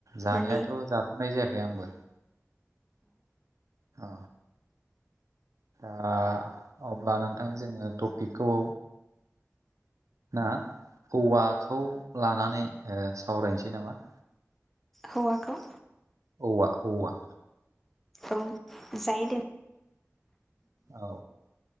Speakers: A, on the right (about 85°); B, in the centre.
A: जानायाथ
B: माने
A: जाथनाय जायाखै आंबो अ आ अब्ला नोंथां जोङो टपिकखौ ना औवाखौ लानानै सावरायनोसै नामा
B: हौवाखौ
A: औवा औवा
B: औ जायो दे
A: औ